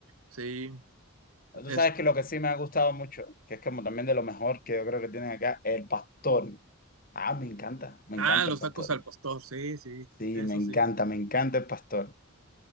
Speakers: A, on the right; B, on the left.
A: Sí,
B: Tú
A: es-
B: sabes que lo que sí me ha gustado mucho, que es como también de lo mejor que yo creo que tienen acá, el pastor. Ah, me encanta, me
A: ah,
B: encanta
A: los
B: el pastor.
A: tacos al pastor, sí, sí,
B: Sí,
A: eso
B: me encanta,
A: sí.
B: me encanta el pastor.